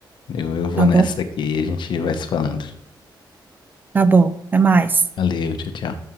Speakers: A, on the left (about 70°); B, on the right (about 25°).
A: Eu, eu vou
B: tá
A: nessa
B: bom?
A: aqui e a gente vai se falando.
B: Tá bom, até mais.
A: Valeu, tchau, tchau.